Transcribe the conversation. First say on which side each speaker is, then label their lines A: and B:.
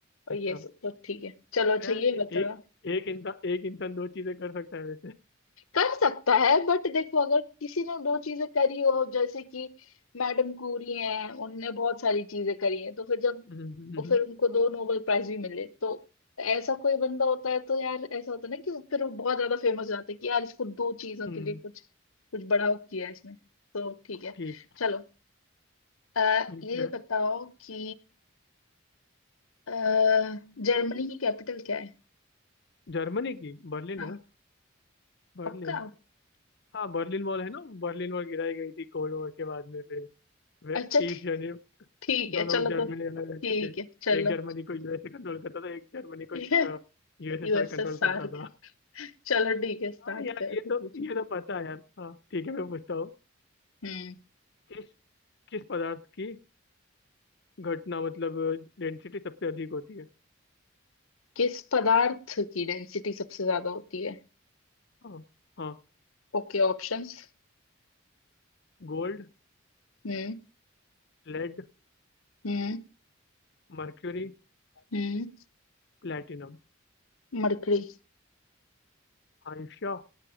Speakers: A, on the left; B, on the left.
A: और
B: अच्छा
A: ये सब तो ठीक है चलो अच्छा
B: तो यार
A: ये
B: ए,
A: बता
B: एक एक इंसान एक इंसान दो चीजें कर सकता है वैसे
A: कर सकता है बट देखो अगर किसी ने दो चीजें करी हो जैसे कि मैडम क्यूरी हैं उनने बहुत सारी चीजें करी हैं तो फिर जब
B: हम्म, हम्म,
A: और
B: हम्म,
A: फिर उनको दो नोबेल प्राइज भी मिले तो ऐसा कोई बंदा होता है तो यार ऐसा होता है ना कि वो- फिर वो बहुत ज्यादा फेमस हो जाता है कि यार इसको दो चीजों
B: हम्म,
A: के लिए कुछ कुछ बड़ा किया है इसने तो ठीक है
B: ठीक है,
A: चलो अ,
B: ठीक
A: ये
B: है
A: बताओ कि अ, जर्मनी की कैपिटल क्या है
B: जर्मनी की बर्लिन
A: हाँ
B: है ना बर्लिन
A: पक्का
B: हाँ बर्लिन वॉल है ना बर्लिन वॉल गिराई गई थी कोल्ड वॉर के बाद में से वे
A: अच्छा ठीक
B: ईस्ट जर्मनी
A: ठीक
B: दोनों
A: है चलो
B: जर्मनी
A: तो
B: अलग अलग
A: ठीक
B: थे
A: है चलो
B: एक जर्मनी को यूएसए कंट्रोल करता था एक जर्मनी को
A: चलो
B: यूएसएसआर
A: <laughs> यूएसएसआर
B: कंट्रोल करता था
A: चलो ठीक है स्टार्ट
B: हाँ यार
A: कर
B: ये
A: तू
B: तो
A: पूछो
B: ये तो पता है यार हाँ ठीक है मैं पूछता हूँ
A: हम्म
B: किस किस पदार्थ की घटना मतलब डेंसिटी सबसे अधिक होती है
A: किस पदार्थ की डेंसिटी सबसे ज्यादा होती है
B: हाँ हाँ
A: Okay options
B: गोल्ड
A: हम्म
B: लेड
A: हम्म
B: मर्क्यूरी
A: हम्म
B: प्लेटिनम
A: मरकरी
B: आयुष्या